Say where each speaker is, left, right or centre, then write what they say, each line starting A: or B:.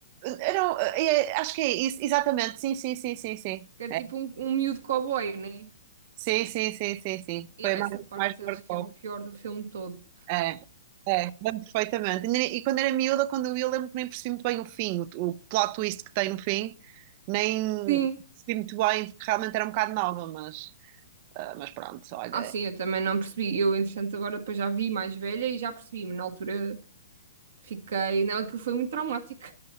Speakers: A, on the right; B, on the right.
A: era, um- é, acho que é isso, exatamente. Sim, sim, sim, sim, sim.
B: Que era
A: É,
B: tipo um, um miúdo cowboy, né?
A: sim, sim, sim, sim, sim. sim.
B: E
A: Foi
B: há
A: a imagem
B: essa parte
A: que mais me
B: acho
A: marcou.
B: que é o pior do filme todo.
A: É, é, lembro perfeitamente. E nem- e quando era miúda, quando eu vi, lembro que nem percebi muito bem o fim, o, o plot twist que tem no fim, nem
B: Sim.
A: percebi muito bem, porque realmente era um bocado nova, mas, ah, mas pronto, olha.
B: Ah,
A: é.
B: sim, eu também não percebi. Eu, entretanto, agora depois já vi mais velha e já percebi, mas na altura fiquei. Não, aquilo foi muito traumático.